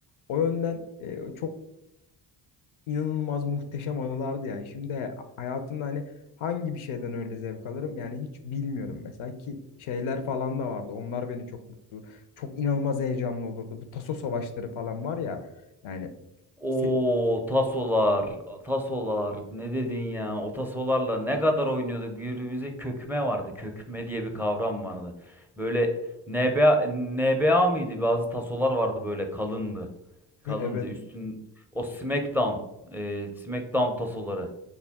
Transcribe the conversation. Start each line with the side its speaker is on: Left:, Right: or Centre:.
Left: O yönden e, çok inanılmaz muhteşem anılardı yani. Şimdi hayatımda hani hangi bir şeyden öyle zevk alırım yani hiç bilmiyorum mesela ki şeyler falan da vardı. Onlar beni çok mutlu, çok inanılmaz heyecanlı olurdu. Bu taso savaşları falan var ya yani
Centre: Oo
Left: se-
Centre: tasolar, tasolar ne dedin ya? O tasolarla ne kadar oynuyorduk? Birbirimize kökme vardı. Kökme diye bir kavram vardı. Böyle NBA, NBA mıydı? Bazı tasolar vardı böyle kalındı.
Left: <laughs>
Centre: Kalındı
Left: evet
Centre: üstün o SmackDown, e, SmackDown tasoları.